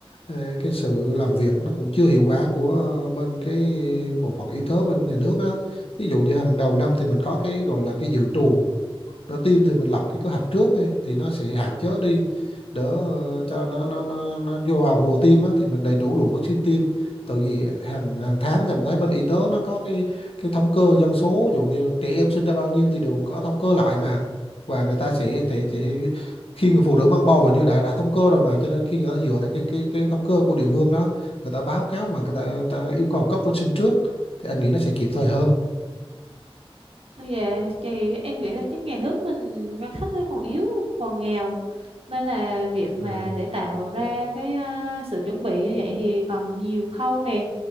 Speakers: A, on the left; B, on the right.
A: à, cái sự làm việc nó cũng chưa hiệu quả của à, bên cái bộ phận y tế bên nhà nước á. Thí dụ như hàng đầu năm thì mình có cái gọi là cái dự trù đỡ tim thì mình lập cái kế hoạch trước đi, thì nó sẽ hạn chế đi đỡ ờ, cho nó nó nó nó vô vào mùa tim á, thì mình đầy đủ lượng vaccine tim từ vì hàng hàng tháng thì mình thấy bên y tế nó có cái cái thống kê dân số ví dụ như trẻ em sinh ra bao nhiêu thì đều có thống kê lại mà và người ta sẽ sẽ, sẽ khi người phụ nữ mang bầu hình như đã đã thống kê rồi mà cho nên khi người ta dựa theo cái cái cái thống kê của địa phương đó người ta báo cáo và người ta, người ta yêu cầu cấp vaccine trước thì anh nghĩ nó sẽ kịp thời hơn
B: Dạ, thì em nghĩ là chắc nhà nước mình ngân sách nó còn yếu, còn nghèo nên là việc mà
A: Ờ,
B: để tạo ra cái à, sự chuẩn bị như vậy thì còn nhiều khâu nè,